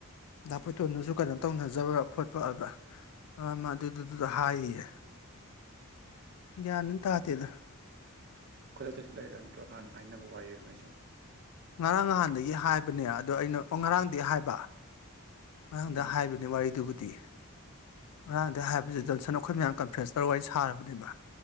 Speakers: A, on the left; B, on the right.
A: ꯗꯥ ꯄꯣꯇꯣꯟꯗꯁꯨ ꯀꯩꯟ ꯇꯧꯅꯖꯕ꯭ꯔꯥ ꯈꯣꯠꯄ ꯑꯗ ꯑꯃ ꯑꯗꯨꯗꯨꯗꯨꯗ ꯍꯥꯏꯔꯤꯌꯦ ꯒ꯭ꯌꯥꯅ ꯇꯥꯗꯦꯗ
B: ꯈꯨꯗꯛꯇꯁꯨ ꯂꯩꯔ ꯅꯠꯇ꯭ꯔꯣ ꯍꯥꯟꯅ ꯍꯥꯏꯅꯕ ꯋꯥꯔꯤꯔꯣ ꯑꯩꯁꯦ
A: ꯉꯔꯥꯡ ꯅꯍꯥꯟꯗꯒꯤ ꯍꯥꯏꯕꯅꯦ ꯑꯗꯣ ꯑꯩꯅ ꯉꯔꯥꯡꯗꯒꯤ ꯍꯥꯏꯕ ꯃꯥꯡꯗ
B: ꯎꯝ
A: ꯍꯥꯏꯕꯅꯤ ꯋꯥꯔꯤꯗꯨꯕꯨꯗꯤ ꯉꯔꯥꯡꯗ ꯍꯥꯏꯕꯁꯦ ꯖꯟꯁꯟ ꯑꯩꯈꯣꯏ ꯃꯌꯥꯝ ꯀꯟꯐ꯭ꯔꯦꯟꯁ ꯇꯧꯔꯒ ꯑꯩ ꯁꯥꯔꯕꯅꯦꯕ